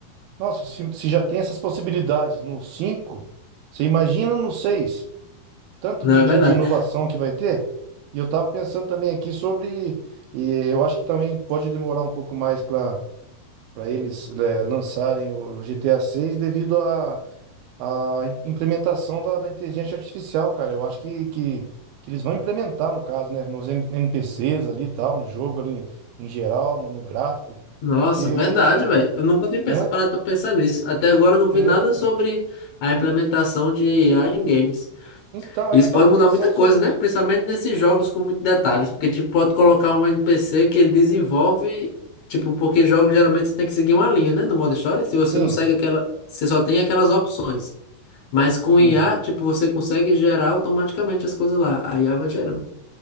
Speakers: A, on the right (about 80°); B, on the left (about 70°).
A: Nossa, se, se já tem essas possibilidades no 5, você imagina no 6? tanto
B: Não,
A: de,
B: é
A: de,
B: verdade.
A: de inovação que vai ter. E eu estava pensando também aqui sobre, e eu acho que também pode demorar um pouco mais para para eles eh, lançarem o GTA 6 devido à à im- implementação da, da inteligência artificial, cara. Eu acho que, que, que eles vão implementar, no caso, né, nos N- NPCs ali e tal, no jogo ali em em geral, no, no gráfico,
B: Nossa,
A: porque,
B: verdade, velho. Eu nunca tinha
A: né?
B: pensa- parado pra pensar nisso. Até agora eu não
A: É,
B: vi nada
A: então.
B: sobre a implementação de IA em games.
A: Então,
B: Isso
A: é, eu tava
B: pode
A: pensando
B: mudar muita coisa,
A: sobre isso.
B: né? Principalmente nesses jogos com muitos detalhes, porque tipo pode colocar um NPC que ele desenvolve, tipo, porque jogos geralmente você tem que seguir uma linha, né, no modo história, se você
A: Sim,
B: não segue aquela, você só tem aquelas opções. Mas com
A: sim.
B: IA, tipo, você consegue gerar automaticamente as coisas lá. A IA vai gerando.